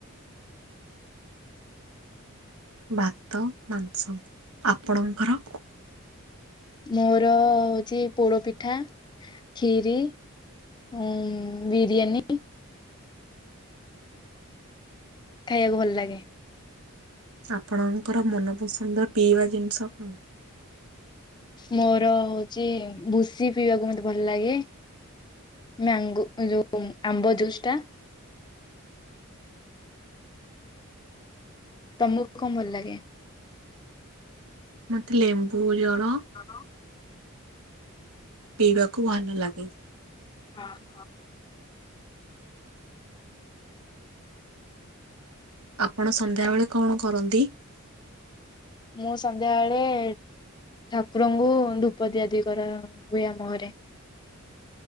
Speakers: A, on the right; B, on the left.
A: ଭାତ ମାଂସ ଆପଣଙ୍କର?
B: ମୋର ହଉଛି ପୋଡ ପିଠା, ଖିରି ଉଁ ବିରିୟାନୀ। ଖାଇବାକୁ ଭଲ ଲାଗେ।
A: ଆପଣଙ୍କର ମନପସନ୍ଦ ପିଇବା ଜିନିଷ କଣ?
B: ମୋର ହଉଛି ଭୁସି ପିଇବାକୁ ମତେ ଭଲ ଲାଗେ। ମ୍ୟାଙ୍ଗୋ ଯୋଉ ଆମ୍ବ ଜୁସ୍ ଟା। ତମକୁ କଣ ଭଲ ଲାଗେ?
A: ମତେ ଲେମ୍ବୁ ଜଳ।
B: ଜଳ
A: ପିଇବାକୁ ଭଲ ଲାଗେ।
B: ଓ ହ।
A: ଆପଣ ସନ୍ଧ୍ୟା ବେଳେ କଣ କରନ୍ତି?
B: ମୁଁ ସନ୍ଧ୍ୟାବେଳେ ଠାକୁରଙ୍କୁ ଧୂପ ଦିଆଦୁଇ କରା ହୁଏ ଆମ ଘରେ।